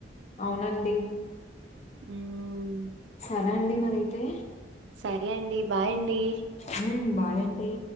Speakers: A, on the left; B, on the right.
A: అవునండి
B: ఊమ్
A: సరే అండి మరైతే
B: సరే అండి బాయ్ అండి
A: ఉమ్ బాయండి